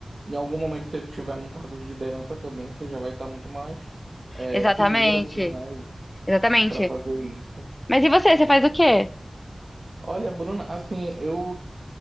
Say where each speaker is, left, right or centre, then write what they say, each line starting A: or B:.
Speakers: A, on the right; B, on the left.
A: Em algum momento, se você tiver num cargo de liderança também, você já vai estar muito mais é,
B: Exatamente.
A: segura, assim, né?
B: Exatamente.
A: Para fazer isso.
B: Mas e você? Você faz o quê?
A: Olha, Bruna, assim, eu